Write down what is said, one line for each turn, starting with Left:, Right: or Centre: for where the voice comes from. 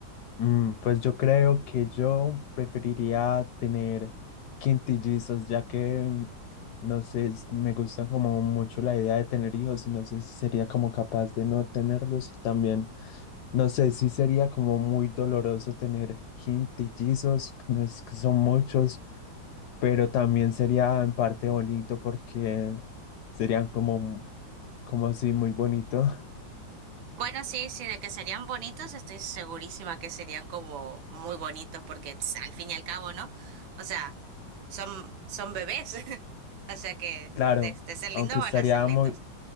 Left: Mm, pues yo creo que yo preferiría tener quintillizos, ya que mm, no sé, es- me gusta como mucho la idea de tener hijos y no sé si sería como capaz de no tenerlos y también no sé si sería como muy doloroso tener quintillizos, no es que son muchos, pero también sería en parte bonito porque serían como como así muy bonito.
Right: Bueno, sí, sí, de que serían bonitos, estoy segurísima que serían como muy bonitos, porque tss, al fin y al cabo, ¿no? O sea, son, son bebés. <laughs> O sea que
Left: Claro,
Right: de, de ser lindos
Left: aunque
Right: van
Left: estaría
Right: a ser lindos.
Left: muy,